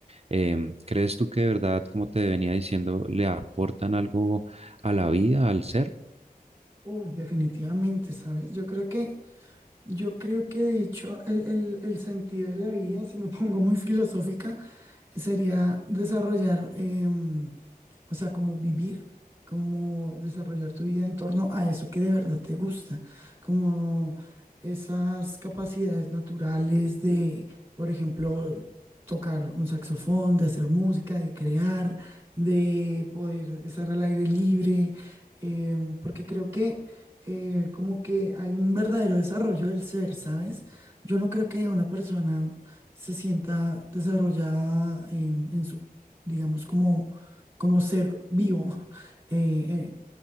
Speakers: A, on the right; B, on the right.
A: Em, ¿crees tú que de verdad, como te venía diciendo, le aportan algo a la vida, al ser?
B: Uy, definitivamente, ¿sabes? Yo creo que Yo creo que de hecho el, el- el sentido de la vida, si me pongo muy <laughs> filosófica, sería desarrollar, em, o sea, como vivir, como desarrollar tu vida en torno a eso que de verdad te gusta, como esas capacidades naturales de, por ejemplo, tocar un saxofón, de hacer música, de crear, de poder estar al aire libre, eh, porque creo que eh, como que hay un verdadero desarrollo del ser, ¿sabes? Yo no creo que una persona se sienta desarrollada en, en su, digamos, como como ser vivo, <laughs> eh, eh,